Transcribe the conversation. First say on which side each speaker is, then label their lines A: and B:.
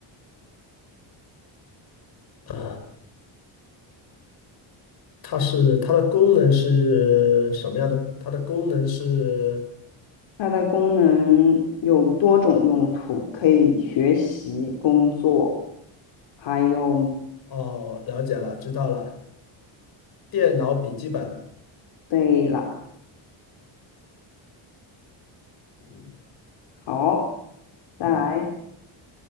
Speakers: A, on the left; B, on the left.
A: 呃，它是它的功能是什么样的？它的功能是
B: 它的功能有多种用途，可以学习、工作，还有，
A: 哦，了解了，知道了，电脑笔记本。
B: 对了，
A: 嗯
B: 好，再来，
A: 嗯，